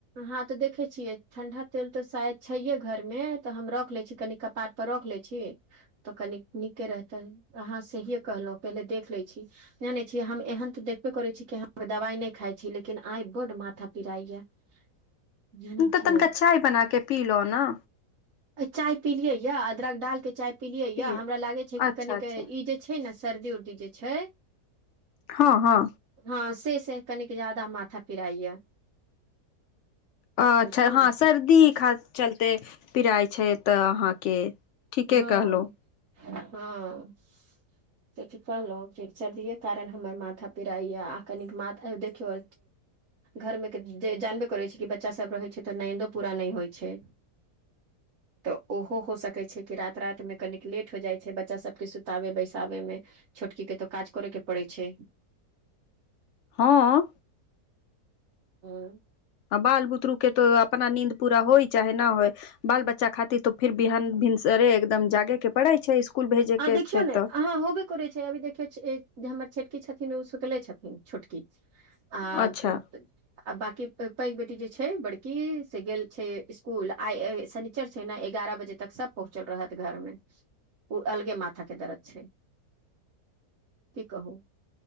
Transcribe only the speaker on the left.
तऽ
तनिका चाय बना के पीलो ने
पिय
अच्छा
अच्छा
हँ हँ
अच्छा
हँ सर्दी खा चलते पिराय छै तऽ अहाँके ठीके
कहलहु
हँ
बाल बुतरु के तो अपना नींद पूरा होय चाहे न होय बाल बच्चा खातिर तो फिर बिहान भिनसरे एकदम जागे के पढ़ै छै स्कुल भेजे
के
छै
तऽ
अच्छा